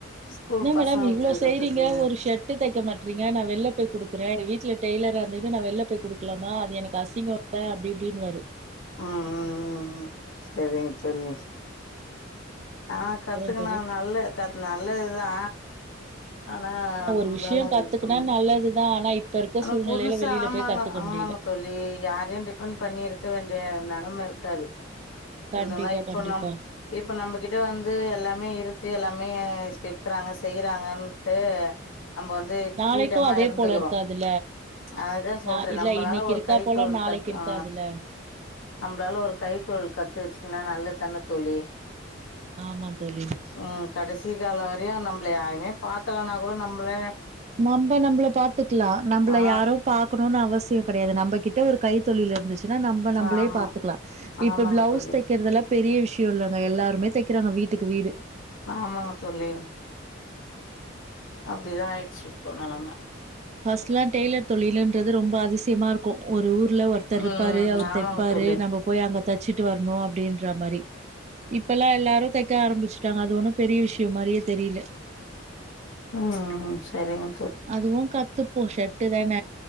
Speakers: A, on the left; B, on the right.
A: ஸ்கூல்
B: என்னா
A: பசங்களுக்கு
B: மேடம் இவ்ளோ செய்றீங்க
A: கத்துக்குங்க
B: ஒரு ஷர்ட்டு தெக்க மாட்றீங் க நா வெள்ல போயி குடுக் குறே வீட்ல டெய்லரா இருந்துட்டு நா வெள்ல போய் குடுக்கலாமா அது எனக்கு அசிங்கொ அப்டி இப்டின்னுவாரு
A: ம் ம் ம் ம் செரிங்க தோழி ஆ கத்துக்கனா
B: அப்றோ தோழி
A: நல்ல கத் நல்லதுதா ஆனா
B: ஆமா ஒரு
A: நம்பளால
B: விஷயோ
A: அது
B: கத்துக்குனா
A: பண்ண முடியா
B: நல்லதுதா ஆனா இப்ப இருக்க
A: ஆனா
B: சூழ்நிலையில
A: புதுசா
B: வெளியில
A: ஆமாங்க
B: போய் கத்துக்க
A: ஆமாங்க
B: முடியல
A: தோழி யாரையு டிபெண்ட்
B: ம்
A: பண்ணி இருக்க வேண்டிய நெலம இருக் காரு புரிதுங்களா
B: கண்டிப்பா
A: இப்ப
B: கண்டிப்பா
A: நம் இப்ப நம்மகிட்ட வந்து எல்லாமே இருக்கு க்கு எல்லாமே வெக்குறாங்க செய்யுறாங்க ட்டு நம்ப வந்து
B: நாளைக்கு
A: ஃப்ரீடமா
B: அதே
A: இருந்துகுறோ
B: போல இருக்காதுல்ல
A: அதுதா சொல்றே
B: நா இல்ல
A: நம்மளால
B: இன்னைக்கு
A: ஒரு
B: இருக்கா
A: கைத்தொழில்
B: போல நாளைக்கு
A: கத்து
B: இருக்காதுல்ல
A: ஆ நம்பளால ஒரு கைத்தொழில் கத்து வச்சு ன்னா நல்லதுதான தோழி
B: ஆமா தோழி
A: அ கடைசி கால நம்மள யாருமே பார்க்கலனா கூட நம்மளே
B: நம்ம நம்மள பாத்துக்கலா நம்மள
A: ஆ
B: யாரு பாக்கணும்னு அவசிய கெடையாது நம்ம கிட்ட ஒரு கை தொழில் இருந்துச்சு ஏன்னா நம்ம நம்மளே
A: ஆமா
B: பாத்துக்லா
A: ஆமாங்க
B: இப்ப பிளவுஸ்
A: தோழி
B: தைக்கிறதல்ல பெரிய விஷய வீட்ல உள்ளவுங்க எல்லாருமே தெக்குறாங்க வீட்டுக்கு வீடு
A: ஆமாங்க தோழி அப்டிதா ஆயிடுச்சு இப்போ நெலம
B: டலாம் டெய்லர் தொழிலுன்றது ரொம்ப அதிசயமா இருக்கு ஒரு ஊர்ல ஒருத்தர் இருப்பாரு
A: ம்
B: அவுரு
A: ஆமாங்க
B: தெப்பாரு
A: தோழி
B: நம்ம போய் அங்க தச்சிட்டு வரணு அப்டீன்ற மாரி இப்ப எல்லா எல்லாரு தக்க ஆரம்பிச்சுட்டாங்க அது ஒன்னு பெரிய விஷய மாரியே தெரியல
A: உம் உம் செரிங்க
B: அதுவும் கத்து ஓ ஷெட்டு தான